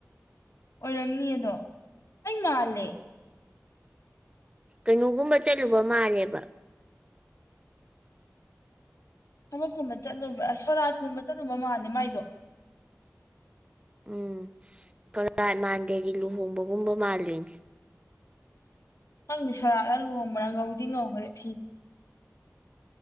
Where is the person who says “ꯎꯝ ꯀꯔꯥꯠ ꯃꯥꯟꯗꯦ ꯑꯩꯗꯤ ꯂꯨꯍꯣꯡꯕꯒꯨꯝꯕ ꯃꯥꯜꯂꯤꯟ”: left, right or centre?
Right